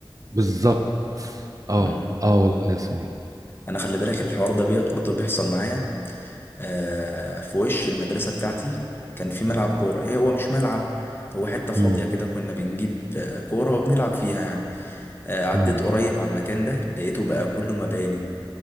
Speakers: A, on the right (about 40°); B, on the left (about 25°).
A: بالظبط اه
B: مم.
A: اه والله يا سمير
B: انا خلي بالك الحوار ده برضه بيحصل معايا آه، في وش المدرسة بتاعتي كان في ملعب كورة هي هو مش ملعب هو حتة فاضية
A: امم
B: كده كنا بنجيب آه، كورة وبنلعب فيها يعني آه، عديت
A: امم
B: قريب على المكان ده لقيته بقى كله مباني